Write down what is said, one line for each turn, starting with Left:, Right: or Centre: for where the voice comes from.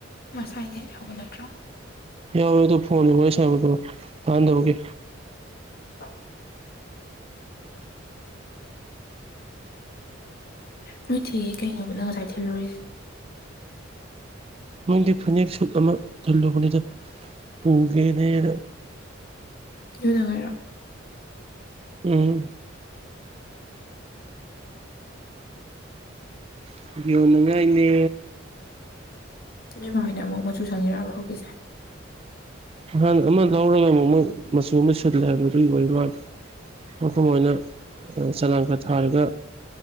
Left: ꯃꯁꯥꯒꯤ ꯅꯦꯠ ꯌꯥꯎꯕ ꯅꯠꯇꯔꯣ
Right: ꯌꯥꯋꯦ ꯑꯗꯨ ꯐꯣꯟꯗꫭ ꯋꯥꯔꯤ ꯁꯥꯟꯅꯕꯗꯣ ꯇꯥꯅꯗꯕꯒꯤ
Left: <inaudible> ꯅꯠꯇꯤꯌꯦ ꯀꯩꯅꯣꯕ ꯅꯪꯅ ꯉꯁꯥꯏ ꯊꯤꯂꯨꯔꯤꯁꯦ
Right: ꯃꯣꯏꯗꯤ ꯐꯅꯦꯛ ꯁꯨꯠ ꯑꯃ ꯊꯜꯂꯨꯕꯅꯤꯗꯥ ꯄꯨꯒꯦꯅꯦꯅ
Left: <unintelligible> ꯉꯥꯏꯔꫭ
Right: ꯎꯝ <unintelligible> ꯉꯥꯥꯏꯅꯦ
Left: ꯅꫭꯏ ꯃꯥ ꯍꯣꯏꯅ ꯑꯃꯨꯛ ꯃꯆꯨ ꯁꯪꯉꯔꯛꯑꯕ ꯍꯧꯖꯤꯛꯁꯦ
Right: ꯅꯍꯥꯟ ꯑꯃ ꯂꯧꯔꯒ ꯑꯃꯨꯛ ꯃꯆꯨ ꯑꯃ ꯁꯤꯜꯂꯦ ꯑꯗꯨꯗꯒꯤ ꯑꯣꯏꯕ ꯃꯥꯟ <unintelligible> ꯑꯩꯈꯣꯏ ꯃꯥ ꯃꫭꯏꯅ ꯆꯅꯥꯡꯒ ꯊꯥꯔꯒ